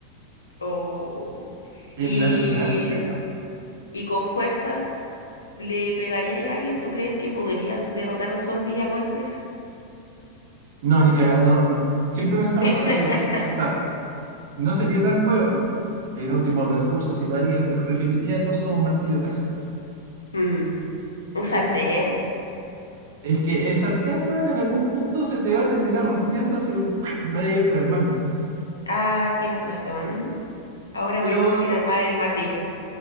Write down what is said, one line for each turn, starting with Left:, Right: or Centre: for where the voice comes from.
Left: O...
Right: En
Left: Y,
Right: la ciudad, te cagaba.
Left: y con fuerza, ¿le pegarías a alguien? ¿Tú crees que podrías derrotar a un zombie a golpes?
Right: No, ni caga, no, siempre he pensado
Left: <laughs>
Right: esa weá, digo, puta, no sería tan weón, en último recurso sí lo haría, pero preferiría el uso de un martillo casero.
Left: Mm, un sartén.
Right: Útil. Es que el sartén, weón, en algún punto se te va a terminar rompiendo si <laughs> vayas con el mango.
Left: Ah, tienes razón. Ahora
Right: Pero
Left: voy a considerar más el martillo.